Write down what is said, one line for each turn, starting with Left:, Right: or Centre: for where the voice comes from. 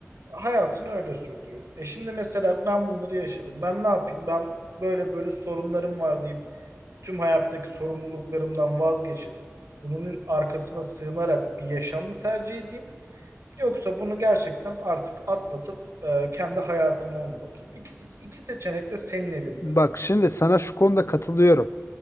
Right: hayatını öyle sürdürür. E şimdi mesela ben bunları yaşadım. Ben ne yapayım? Ben böyle böyle sorunlarım var deyip tüm hayattaki sorumluluklarımdan vazgeçip bunun arkasına sığınarak bir yaşam mı tercih edeyim? Yoksa bunu gerçekten artık atlatıp e, kendi hayatıma mı bakayım? İkisi, iki seçenek de senin elinde.
Left: Bak şimdi sana şu konuda katılıyorum.